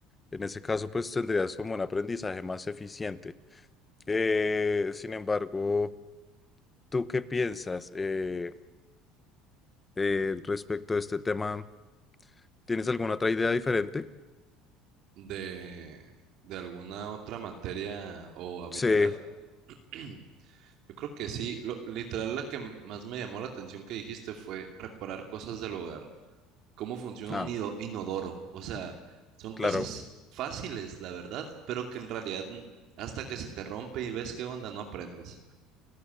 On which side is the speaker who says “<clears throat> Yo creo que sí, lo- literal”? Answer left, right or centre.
Right